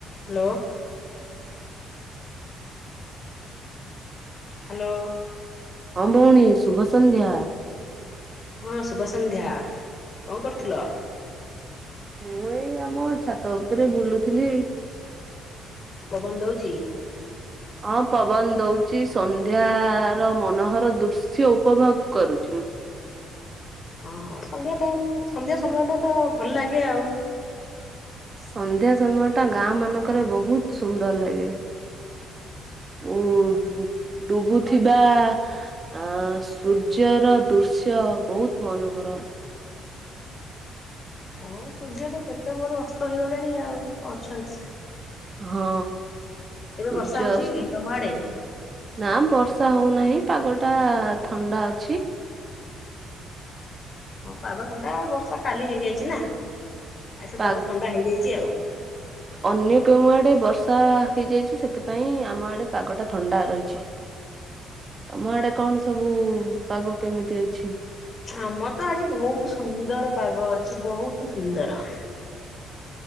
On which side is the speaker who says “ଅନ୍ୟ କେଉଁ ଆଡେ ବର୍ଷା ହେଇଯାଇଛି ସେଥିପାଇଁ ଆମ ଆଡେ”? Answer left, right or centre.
Right